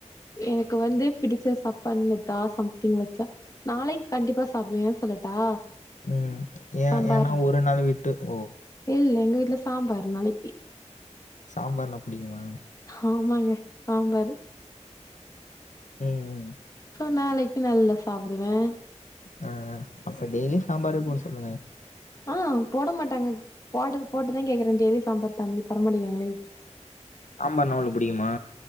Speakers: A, on the left; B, on the left.
A: எனக்கு வந்து பிடிச்ச சாப்பாட்னு தா சம்திங் வெச்சா நாளைக் கண்டிப்பா சாப்டுவேன் ஏன் சொல்லட்டா
B: ம் ஏ
A: சாம்பார்
B: ஏன்னா ஒரு நாள் வுட்டு ஓ
A: இல்ல எங்க வீட்ல சாம்பாரு நாளிக்கி
B: சாம்பார்ன்ன பிடிக்குமா
A: ஆமாங்க சாம்பாரு
B: ம் ம்
A: சோ நாளைக்கி நல்லா சாப்டுவே
B: ஆ அப்ப டெய்லி சாம்பார் போடா சொல்லுங்க
A: ஆ போட மாட்டாங்க போடுறது போட்டுதா கேக்குறே டெய்லி சாம்பார் தாங்கே தரமாட்டேன்ங்றங்க டைலி
B: சாம்பார்னா அவ்ளவு புடிக்குமா